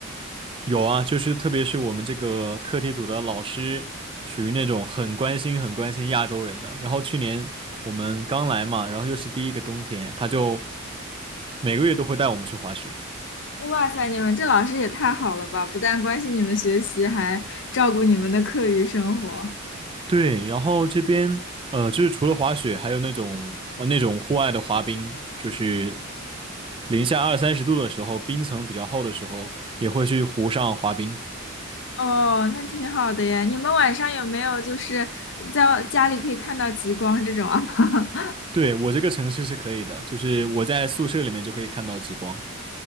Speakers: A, on the right (about 25°); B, on the left (about 60°).
A: 有啊，就是特别是我们这个课题组的老师，属于那种很关心很关心亚洲人的。然后去年我们刚来嘛，然后又是第一个冬天，他就每个月都会带我们去滑雪。
B: 哇塞，你们这老师也太好了吧！不但关心你们学习，还照顾你们的课余生活。
A: 对，然后这边呃，就是除了滑雪，还有那种呃那种户外的滑冰，就是零下二三十度的时候，冰层比较厚的时候，也会去湖上滑冰。
B: 哦，那挺好的呀。你们晚上有没有就是在家里可以看到极光这种啊？<laughs>
A: 对，我这个城市是可以的，就是我在宿舍里面就可以看到极光。